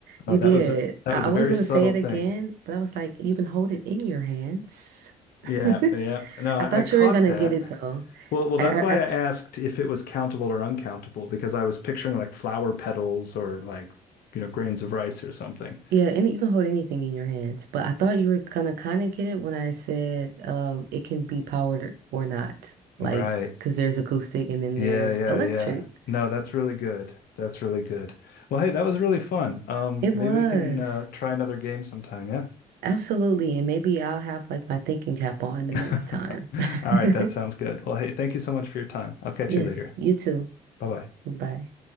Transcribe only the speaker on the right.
You
did.
I,
I
was
gonna
say it again,
but I was like, you can hold it in your hands. <laughs>
I thought
you were gonna
get it though.
I, I,
I-
yeah, and you can hold anything in your hands, but I thought you were gonna kind of get it when I said um it can be powered or not. Like,
because there's acoustic and then
there's
electric.
It
was.
Absolutely. And maybe I'll have like my thinking cap on the
next time.
<laughs>
Yes,
you too.
Bye.